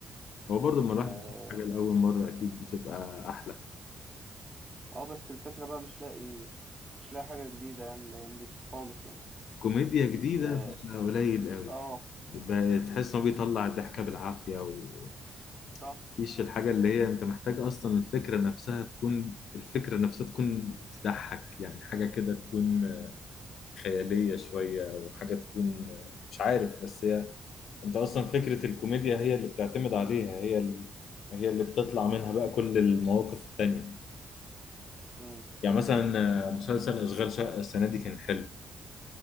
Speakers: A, on the left (about 75°); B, on the right (about 25°).
A: هو برضه لما الواحد
B: اه
A: بيشوف حاجه لاول مره اكيد بتبقى احلى
B: آه، بس الفكرة بقى مش لاقي مش لاقي حاجة جديدة يعني الأيام دي خالص يعني
A: كوميديا جديده
B: اه
A: بتبقى قليل قوي
B: آه،
A: ب- تحس انه بيطلع الضحكه بالعافيه ومفيش
B: صح
A: الحاجه اللي هي انت محتاج اصلا الفكره نفسها تكون الفكره نفسها تكون تضحك يعني حاجه كده تكون خياليه شويه او حاجه تكون مش عارف بس هي انت اصلا فكره الكوميديا هي اللي بتعتمد عليها هي ال... هي اللي بتطلع منها بقى كل المواقف التانية
B: مم.
A: يعني مثلا مسلسل اشغال شقه السنه دي كان حلو